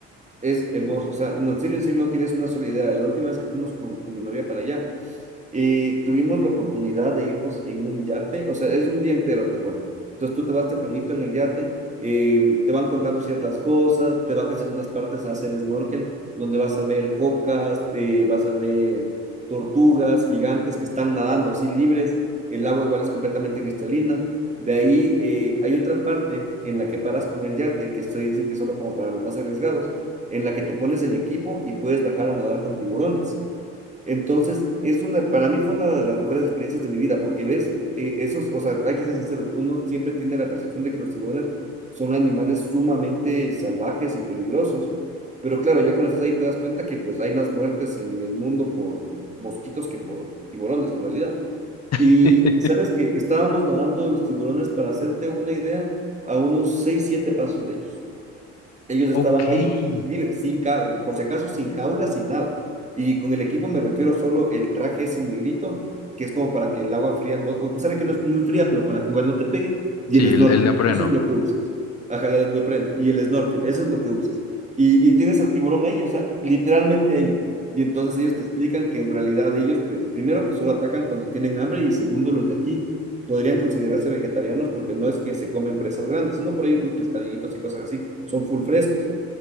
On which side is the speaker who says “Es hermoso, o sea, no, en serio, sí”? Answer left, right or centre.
Right